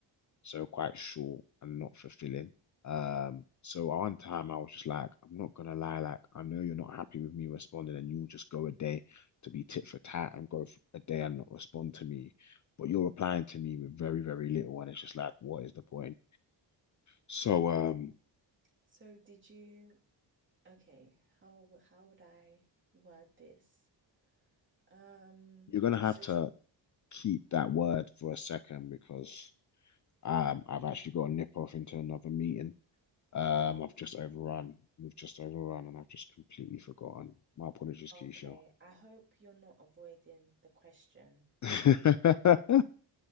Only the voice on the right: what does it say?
so did you? Okay. How how would I word this? Um.
So
she,
oh,
Okay,
I hope you're not avoiding the question.
Oh,